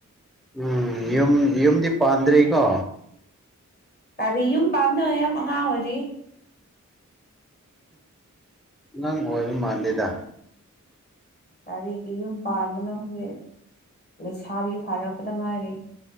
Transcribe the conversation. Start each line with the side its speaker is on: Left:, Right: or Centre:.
Centre: ꯎꯝ ꯌꯨꯝ ꯌꯨꯝꯗꯤ ꯄꯥꯟꯗ꯭ꯔꯦꯀꯣ
Left: ꯀꯔꯤ ꯌꯨꯝ ꯄꯥꯝꯅ ꯌꯥꯝ ꯑꯉꯥꯡ ꯑꯣꯏꯔꯤ
Centre: ꯅꯪ ꯑꯣꯏꯔ ꯃꯥꯟꯗꯦꯗ
Left: ꯀꯔꯤ ꯌꯨꯝ ꯄꯥꯕꯅꯣ ꯍꯦ ꯁꯥꯥꯕꯤ ꯐꯥꯔꯛꯄꯗ ꯉꯥꯏꯔꯦ